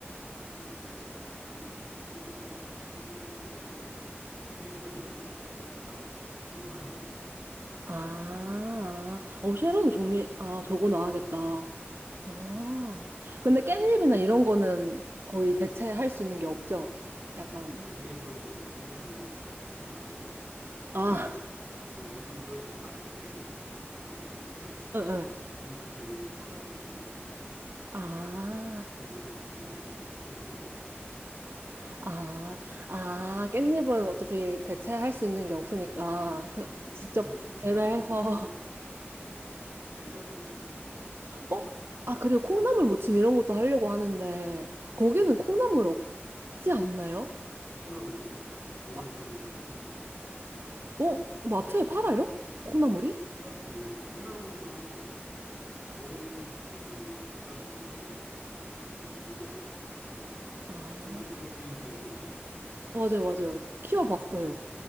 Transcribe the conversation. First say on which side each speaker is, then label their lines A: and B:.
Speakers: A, on the right (about 30°); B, on the right (about 60°).
A: 그 거의 재배하는 거, 재배라기보다 수입해온 지 얼마 안 되는 거라 신선합니다.
B: 아, 아. 어, 쉐론 종류, 아, 저거 놔야겠다 아, 근데 깻잎이나 이런 거는 거의 대체할 수 있는 게 없죠? 약간.
A: 깻잎은 깻잎을 넣으셔야 돼, 제맛이 나죠. 근데
B: 아, <laughs>
A: 여기 보면 한인들 많이 있거든요.
B: 응, 응.
A: 그분들 중에 텃밭 가꾸시는 분이 있어요.
B: 아,
A: 그분들하고 친해 놓으시면 공짜로 얻을 수도 있겠죠.
B: 아, 아, 깻잎은 어차피 대체할 수 있는 게 없으니까, 그,
A: 예,
B: 직접
A: 깻잎, 상추
B: 재배해서,
A: 이런 것들은 예, 재배하셔도 괜찮죠.
B: <laughs> 어? 아, 그리고 콩나물 무침 이런 것도 하려고 하는데, 거기는
A: 네,
B: 콩나물 없지 않나요?
A: 콩나물 있어요. 오늘도
B: 아,
A: 제 콩나물 구워 먹었습니다.
B: 어? 마트에 팔아요? 콩나물이?
A: 예, 콩나물, 예, 콩나물도 정 그 부담되시면 직접 재배하셔도 되고요.
B: 아.
A: 콩나물 키우기 어렵지 않아요.
B: 맞아요, 맞아요. 키워봤어요.